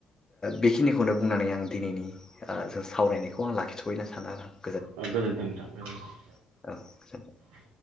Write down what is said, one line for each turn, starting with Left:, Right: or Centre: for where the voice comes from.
Left: बेखिनिखौनो बुंनानै आं दिनैनि आ जों सावरायनायखौ आं लाखिथफैनो सानो आरो।
Right: गोजोन्थों नोंथां गोजोनथों
Left: औ गोजोन
Right: <inaudible>